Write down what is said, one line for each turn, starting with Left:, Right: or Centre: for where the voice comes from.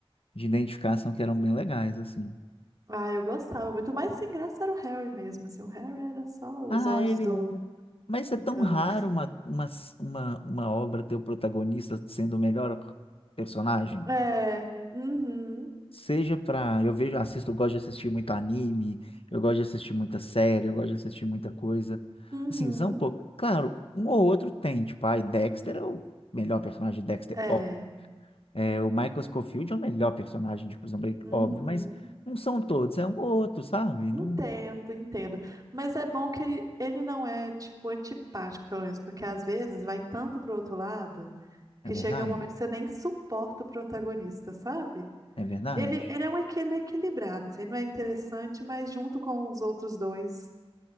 Left: de identificação que eram bem legais, assim.
Right: Ah, eu gostava muito. mas sem graça era o Harry mesmo, assim. O Harry era só
Left: Ah,
Right: os olhos
Left: ele
Right: do...
Left: é. Mas é
Right: da-
Left: tão raro uma, uma, uma, uma obra ter o protagonista sendo o melhor personagem.
Right: <laughs> É. Uhum.
Left: Seja pra. Eu vejo, assisto, eu gosto de assistir muito anime, eu gosto de assistir muita série, eu gosto de assistir muita coisa.
Right: Uhum.
Left: Assim, são um pouco. Claro, um ou outro tem, tipo, ai, Dexter é o melhor personagem de Dexter,
Right: É.
Left: óbvio. É, o Michael Scofield é o melhor personagem de Prison Break,
Right: Uhum.
Left: óbvio, mas não são todos, é um ou outro, sabe? Não...
Right: Entendo, entendo. Mas é bom que ele, ele não é, tipo, antipático, pelo menos, porque às vezes vai tanto pro outro lado
Left: É
Right: que
Left: verdade?
Right: chega um momento que você nem suporta o protagonista, sabe?
Left: É verdade.
Right: Ele, ele é um equi- ele é equilibrado, assim, ele não é interessante, mas junto com os outros dois